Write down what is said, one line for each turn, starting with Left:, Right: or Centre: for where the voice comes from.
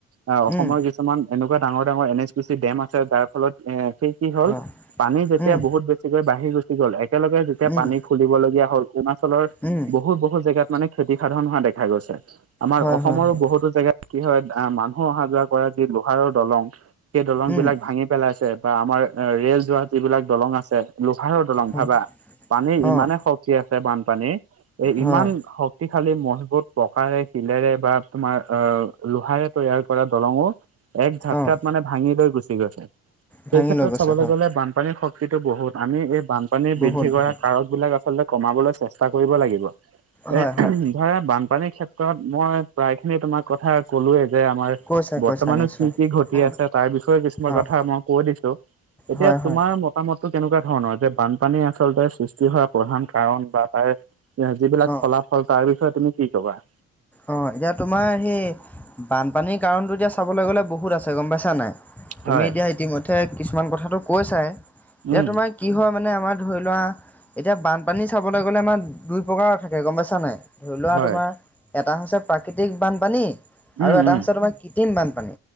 Right: আৰু অসমৰ
Centre: উম,
Right: কিছুমান এনেকুৱা ডাঙৰ-ডাঙৰ N S P C dam আছে যাৰ ফলত এ সেই কি হ'ল
Centre: অ',
Right: পানী যেতিয়া
Centre: উম,
Right: বহুত বেছিকৈ বাঢ়ি গুচি গ'ল, একেলগে যেতিয়া
Centre: উম,
Right: পানী খুলিবলগীয়া হ'ল অৰুণাচলৰ
Centre: উম,
Right: বহুত- বহুত জেগাত মানে ক্ষতি সাধন হোৱা দেখা গৈছে। আমাৰ
Centre: হয়,
Right: অসমৰো
Centre: হয়, হয়,
Right: বহুতো জেগাত কি হয় আ মানুহ অহা যোৱা কৰা যি লোহাৰৰ দলং সেই দলংবিলাক
Centre: উম,
Right: ভাঙি পেলাইছে বা আমাৰ ৰেল যোৱা যিবিলাক দলং আছে, লোহাৰৰ দলং
Centre: হয়,
Right: ভাবা? পানী ইমানে
Centre: অ',
Right: শক্তি আছে বানপানীৰ এই ইমান
Centre: হয়,
Right: শক্তিশালী মজবুত প্ৰকাৰে শিলেৰে বা তোমাৰ অ লোহাৰে তৈয়াৰ কৰা দলঙো এক ঝাটকাত
Centre: অ',
Right: মানে ভাঙি লৈ গুচি গৈছে। সেই
Centre: ভাঙি
Right: ক্ষেত্ৰত
Centre: লৈ গৈছে
Right: চাবলৈ
Centre: হয়,
Right: গ'লে বানপানীৰ শক্তিটো বহুত, আমি এই বানপানী
Centre: বহুত
Right: বৃদ্ধি
Centre: বহুত,
Right: কৰা কাৰকবিলাক আচলতে কমাবলৈ চেষ্টা কৰিব লাগিব,
Centre: হয়,
Right: এ
Centre: হয়,
Right: উহু ধৰা বানপানীৰ ক্ষেত্ৰত মই প্ৰায় খিনি তোমাৰ কথা ক'লোয়ে। যে আমাৰ
Centre: কৈছা
Right: বৰ্তমানো
Centre: কৈছা নিশ্চয়,
Right: কি- কি ঘটি
Centre: উম,
Right: আছে তাৰ বিষয়ে কিছুমান
Centre: অ',
Right: কথা মই কৈ দিছো। এতিয়া
Centre: হয়, হয়,
Right: তোমাৰ মত তোমাৰ মতটো কেনেকুৱা ধৰণৰ যে বানপানী আচলতে সৃষ্টি হোৱা প্ৰধান কাৰণ বা তাৰ যিবিলাক
Centre: অ',
Right: ফলাফল তাৰ বিষয়ে তুমি কি ক'বা?
Centre: অ', এতিয়া তোমাৰ সেই বানপানীৰ কাৰণটো এতিয়া চাবলৈ গ'লে বহুত আছে গম পাইছা নাই? তুমি
Right: হয়।
Centre: এতিয়া ইতিমধ্যে কিছুমান কথাটো কৈ চা এ, এতিয়া
Right: উম,
Centre: তোমাক কি হয় মানে আমাৰ ধৰি লোৱা, এতিয়া বানপানী চাবলৈ গ'লে আমাৰ দুই প্ৰকাৰৰ থাকে গম পাইছা নাই? ধৰি লোৱা
Right: হয়,
Centre: তোমাৰ এটা হৈছে প্ৰাকৃতিক বানপানী,
Right: উম,
Centre: আৰু এটা
Right: উম,
Centre: হৈছে তোমাৰ কৃত্ৰিম বানপানী,